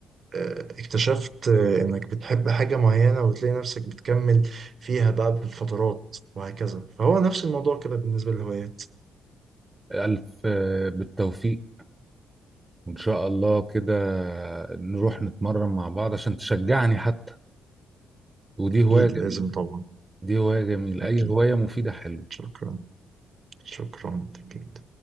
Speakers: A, on the right; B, on the right.
A: آه، اكتشفت آه، إنك بتحب حاجة معينة وتلاقي نفسك بتكمل فيها بقى بالفترات وهكذا فهو نفس الموضوع كده بالنسبة للهوايات
B: ألف آه، بالتوفيق وإن شاء الله كده نروح نتمرن مع بعض عشان تشجعني حتى ودي هواية
A: أكيد لازم
B: جميلة
A: طبعا
B: دي هواية جميلة
A: أكيد
B: أي هواية مفيدة حلوة
A: شكرا شكرا أكيد.